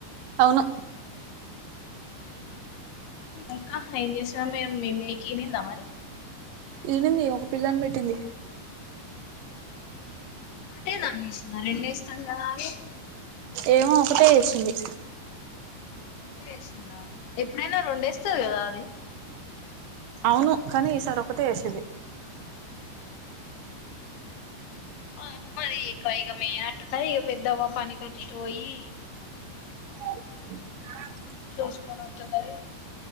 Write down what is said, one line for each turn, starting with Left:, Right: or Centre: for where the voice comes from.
Right: అవును
Left: ఇంకా ఏం చేసినా మీ అమ్మె మేకివిందా మరి.
Right: ఈనింది ఒక పిల్లని పెట్టింది.
Left: అంటే నన్నెసినర్ రెండెస్తారు కదా అని
Right: ఏమో ఒకటే ఏసింది.
Left: ఒకటే ఏసిందా. ఎప్పుడైనా రెండేస్తది కదా అది.
Right: అవును కానీ ఈసారి ఒకటే ఏసింది.
Left: ఆ ఎప మరి ఇక ఇగా మీ య ట్ తయి ఇవ పెద్ద వ పనికి అటు ఇటు పొయి
Right: ఆ
Left: చూసుకోన్ వత్తుంటది,